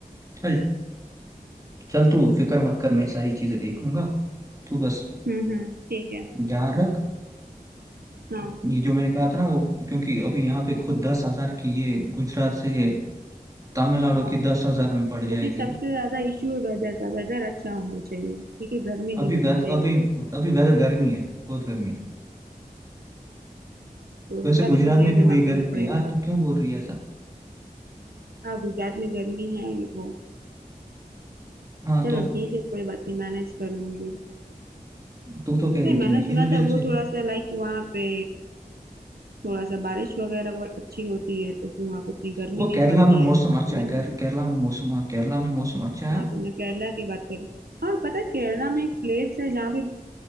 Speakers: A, on the right; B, on the right.
A: चल चल तू फिक्र मत कर मैं ये सारी चीजें देख लूंगा तू बस
B: हम्म हम्म ठीक है
A: ध्यान रख
B: हाँ
A: ये जो मैंने कहा था ना वो क्योंकि अभी यहाँ पे खुद दस हजार की ये गुजरात से ये तमिलनाडु
B: हाँ
A: की दस
B: हाँ
A: हजार में पड़ जाएगी
B: मुझे सबसे ज्यादा इश्यू है वेदर का वेदर अच्छा होना चाहिए ठीक है गर्मी
A: अभी
B: नहीं लगनी
A: वेद
B: चाहिए
A: अभी
B: बहुत
A: अभी वेदर गर्मी है बहुत गर्मी है
B: तो उसका
A: वैसे गुजरात
B: भी तो मुझे
A: में
B: इंतजाम
A: भी वही
B: करना
A: गर्मी
B: पड़ेगा
A: है यार
B: ना
A: तू क्यों बोल रही है ऐसा
B: हाँ गुजरात में गर्मी है वो
A: हाँ
B: चलो
A: तो
B: ठीक है कोई बात नहीं मैनेज कर लूंगी
A: तू तो कह
B: नहीं
A: रही
B: मैंने
A: थी मैं
B: सुना
A: हिल विल
B: था वो
A: से
B: थोड़ा सा लाइक वहाँ पे थोड़ा सा बारिश वगैरह बहुत अच्छी होती है तो फिर वहाँ पे इतनी गर्मी
A: वो
B: नहीं
A: केरला
B: पड़ती
A: में मौसम
B: है तमिलनाडु
A: अच्छा है केर, केरला में मौसम हाँ केरला में मौसम अच्छा है
B: हाँ तो मैं केरला की बात करी हाँ पता है केरला में एक प्लेस है जहाँ पे